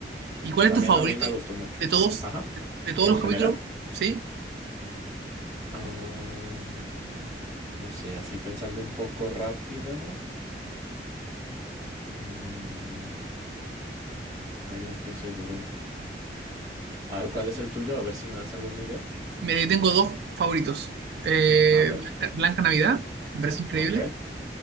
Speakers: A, on the right; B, on the right.
A: ¿Y cuál
B: También
A: es tu favorito
B: a mí me gustó mucho.
A: de todos,
B: Ajá.
A: de, de todos
B: En
A: los
B: general.
A: capítulos? ¿Sí?
B: am, no sé, así pensando un poco rápido. mm, ay, no estoy seguro. A ver, ¿cuál es el tuyo? A ver si me das alguna idea.
A: Me tengo dos favoritos. Eh,
B: A ver.
A: Blanca, Blanca Navidad, me parece increíble.
B: Ok.